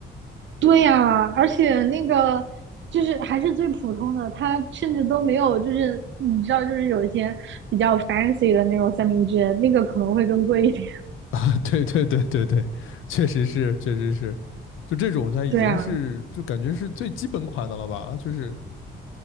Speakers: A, on the right; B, on the left.
A: 对呀，而且那个就是还是最普通的，它甚至都没有，就是你知道，就是有一些比较 fancy 的那种三明治，那个可能会更贵一点。
B: <laughs> 啊，对对对对对，确实是，确实是，就这种它已经是，
A: <laughs> 对啊，
B: 就感觉是最基本款的了吧？就是